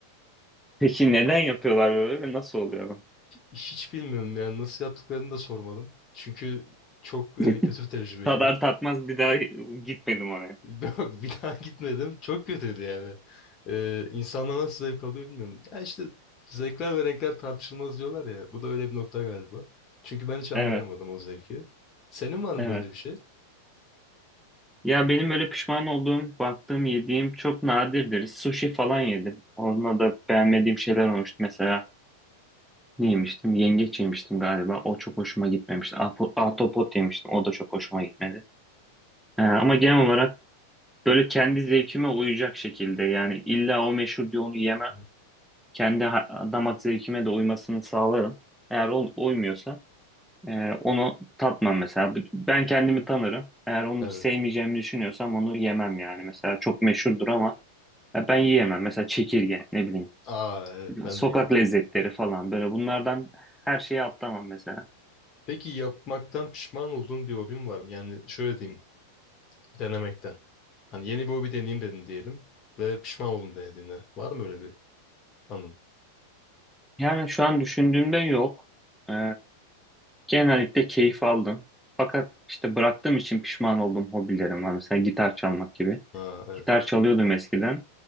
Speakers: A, in the centre; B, on the left.
A: Peki neden yapıyorlar böyle ve nasıl oluyor?
B: Hiç bilmiyorum yani nasıl yaptıklarını da sormadım. Çünkü çok e,
A: <laughs>
B: kötü bir tecrübeydi.
A: Tadar tatmaz
B: <laughs>
A: bir daha gitmedim oraya.
B: Yok bir daha gitmedim. Çok kötüydü yani. Ee, insanlar nasıl zevk alıyor bilmiyorum. Ya işte zevkler ve renkler tartışılmaz diyorlar ya. Bu da öyle bir nokta galiba. Çünkü ben hiç anlayamadım
A: Evet,
B: o zevki. Senin var mı
A: evet.
B: böyle bir şey?
A: Ya benim böyle pişman olduğum, baktığım, yediğim çok nadirdir. Sushi falan yedim. Onunla da beğenmediğim
B: Hı
A: şeyler olmuştu. Mesela ne yemiştim? Yengeç yemiştim galiba. O çok hoşuma gitmemişti. Apo- Ahtapot yemiştim. O da çok hoşuma gitmedi. Ee, ama genel olarak böyle kendi zevkime uyacak şekilde yani illa o meşhur diye onu yemem.
B: hı.
A: Kendi ha- damak zevkime de uymasını sağlarım. Eğer o uymuyorsa Ee, onu tatmam mesela. Ben kendimi tanırım. Eğer onu
B: Evet.
A: sevmeyeceğimi düşünüyorsam onu yemem yani. Mesela çok meşhurdur ama ya ben yiyemem. Mesela çekirge, ne bileyim,
B: Aa evet ben
A: sokak
B: de yedim.
A: lezzetleri falan böyle bunlardan her şeyi atlamam mesela.
B: Peki yapmaktan pişman olduğun bir hobin var mı? Yani şöyle diyeyim, denemekten. Hani yeni bir hobi deneyeyim dedin diyelim ve pişman oldun denediğinde. Var mı öyle bir anın?
A: Yani şu an düşündüğümde yok. Ee, genellikle keyif aldım. Fakat işte bıraktığım için pişman oldum hobilerim var. Mesela gitar çalmak gibi.
B: Ha evet.
A: Gitar çalıyordum eskiden.